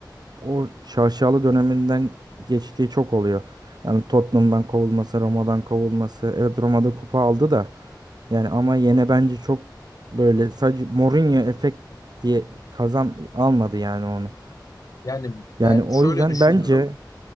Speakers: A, on the right; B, on the left.
A: o şaşalı döneminden geçtiği çok oluyor. Yani Tottenham'dan kovulması, Roma'dan kovulması. Evet Roma'da kupa aldı da. Yani ama yine bence çok böyle sadece Mourinho efekt diye kazan almadı yani onu.
B: Yani
A: Yani
B: ben
A: o
B: şöyle
A: yüzden
B: düşünüyorum.
A: bence